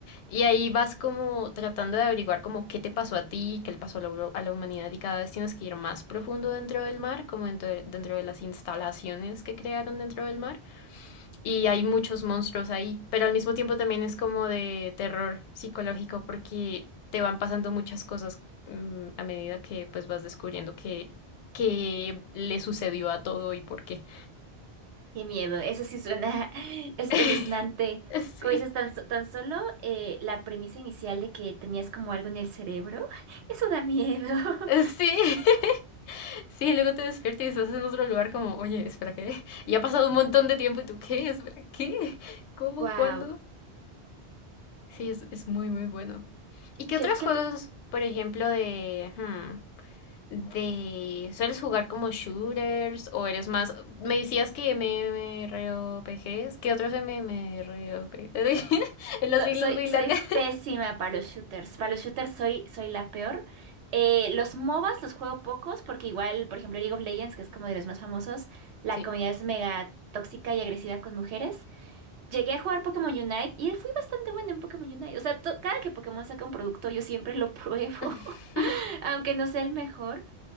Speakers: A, on the left (about 85°); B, on the right (about 80°).
A: Y ahí vas como tratando de averiguar como qué te pasó a ti, qué le pasó a la, hu- a la humanidad y cada vez tienes que ir más profundo dentro del mar, como dentro de, dentro de las instalaciones que crearon dentro del mar. Y hay muchos monstruos ahí, pero al mismo tiempo también es como de terror psicológico porque te van pasando muchas cosas mm, a medida que pues vas descubriendo qué qué le sucedió a todo y por qué.
B: Qué miedo, eso sí suena <laughs> espeluznante.
A: <laughs>
B: Como dices,
A: Sí,
B: tan, so- tan solo eh, la premisa inicial de que tenías como algo en el cerebro, <laughs> eso da miedo. <laughs>
A: sí. <laughs> Sí, luego te despiertas y estás en otro lugar como, oye, espera, ¿qué? Y ha pasado un montón de tiempo y tú, ¿qué? Espera, ¿qué? ¿Cómo?
B: Wow.
A: ¿Cuándo? Sí, es, es muy, muy bueno. ¿Y qué
B: ¿Qué,
A: otros
B: qué
A: juegos,
B: te-
A: por ejemplo, de... hmm, de... ¿Sueles jugar como shooters o eres más... Me decías que MMORPGs. ¿Qué otros MMORPGs? <laughs> En las
B: so-
A: siglas
B: soy,
A: muy
B: soy
A: largas.
B: pésima para los shooters. Para los shooters soy, soy la peor. Eh, los MOBAs los juego pocos porque igual, por ejemplo, League of Legends, que es como de los más famosos, la
A: Sí.
B: comunidad es mega tóxica y agresiva con mujeres. Llegué a jugar Pokémon Unite y fui bastante buena en Pokémon Unite. O sea, to- cada que Pokémon saca un producto, yo siempre lo pruebo,
A: <laughs>
B: <laughs> aunque no sea el mejor.